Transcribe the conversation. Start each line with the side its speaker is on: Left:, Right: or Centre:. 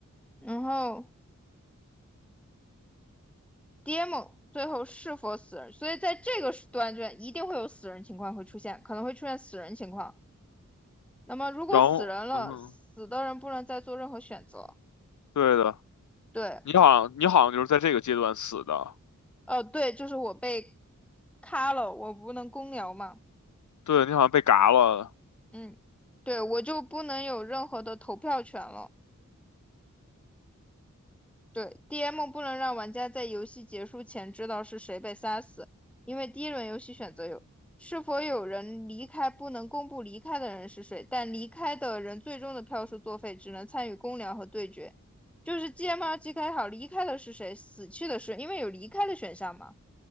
Centre: 然后 DM 最后是否死人，所以在这个段卷一定会有死人情况会出现，可能会出现死人情况。那么如果死人了，
Left: 然后嗯哼，
Centre: 死的人不能再做任何选择。
Left: 对的，
Centre: 对，
Left: 你好像你好像就是在这个阶段死的，
Centre: 呃，对，就是我被卡了，我不能公聊嘛。
Left: 对你好像被嘎了，
Centre: 嗯，对，我就不能有任何的投票权了。对，DM 不能让玩家在游戏结束前知道是谁被杀死，因为第一轮游戏选择有是否有人离开，不能公布离开的人是谁，但离开的人最终的票数作废，只能参与公聊和对决。就是 GM 要记开好离开的是谁，死去的是，因为有离开的选项嘛。